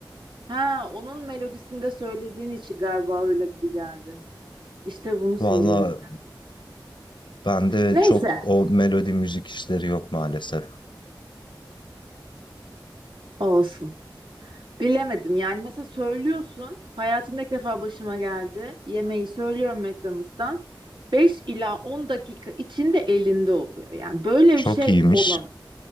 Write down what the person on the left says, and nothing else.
Valla bende
çok o melodi müzik işleri yok maalesef.
Çok
iyiymiş.